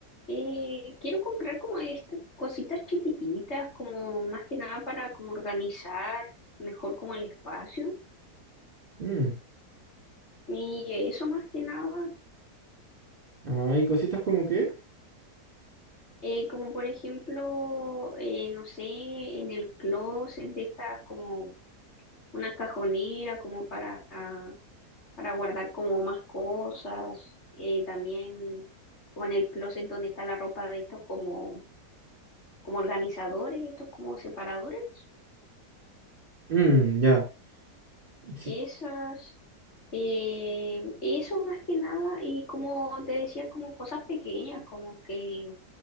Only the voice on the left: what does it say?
Eh, quiero comprar como estas cositas chiquititas, como más que nada para como organizar mejor como el espacio.
Y eso más que nada,
eh, como por ejemplo, eh, no sé, en el closet de estas como una cajonera como para, para guardar como más cosas, eh, también como en el closet donde está la ropa de estos como, como organizadores, estos como separadores,
esas, eh, eso más que nada, y como te decía, como cosas pequeñas, como que